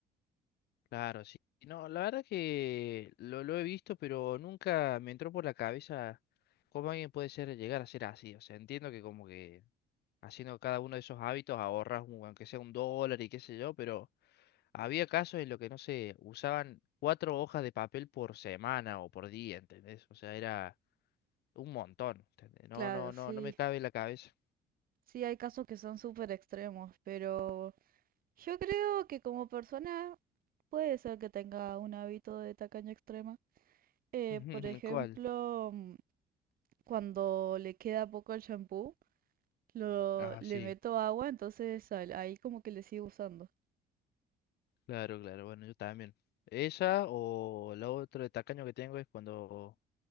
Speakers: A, on the left; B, on the right.
A: Claro, sí. No, la verdad que lo, lo he visto, pero nunca me entró por la cabeza cómo alguien puede ser, llegar a ser así. O sea, entiendo que como que haciendo cada uno de esos hábitos ahorras un- aunque sea un dólar y qué sé yo, pero había casos en los que, no sé, usaban cuatro hojas de papel por semana o por día, ¿entendés? O sea, era un montón, ¿entendés? No,
B: Claro,
A: no, no,
B: sí.
A: no me cabe en la cabeza.
B: Sí, hay casos que son súper extremos, pero yo creo que como persona puede ser que tenga un hábito de tacaña extrema. Eh,
A: <laughs>
B: por ejemplo,
A: ¿Cuál?
B: mm, cuando le queda poco el shampoo, lo,
A: Ah,
B: le
A: sí,
B: meto agua, entonces al- ahí como que le sigo usando.
A: claro, claro, bueno, yo también. Esa o la otra de tacaño que tengo es cuando